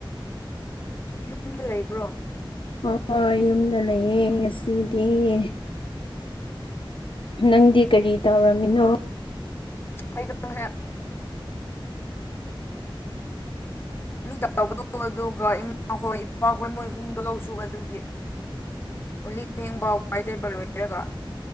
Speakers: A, on the left; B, on the left.
A: ꯌꯨꯝꯗ ꯂꯩꯕ꯭ꯔꯣ
B: ꯍꯣꯏ ꯍꯣꯏ ꯌꯨꯝꯗ ꯂꯩꯌꯦ ꯉꯁꯤꯗꯤꯌꯦ ꯅꯪꯗꯤ ꯀꯔꯤ ꯇꯧꯔꯝꯃꯤꯅꯣ
A: ꯑꯩ ꯀꯝ ꯍꯦꯛ ꯃꯤ ꯇ ꯂꯧꯕꯗꯣ ꯑꯗꯨꯒ ꯏꯃꯥ ꯍꯣꯏ ꯏꯄꯥꯍꯣꯏ ꯃꯣꯏ ꯍꯨꯝꯗꯣ ꯂꯧꯁꯨ ꯑꯗꯨꯗꯤ ꯀꯂꯤꯛ ꯚꯦꯡꯕꯥꯎ ꯋꯥꯏ ꯇꯩꯕ ꯂꯣꯏꯔꯒ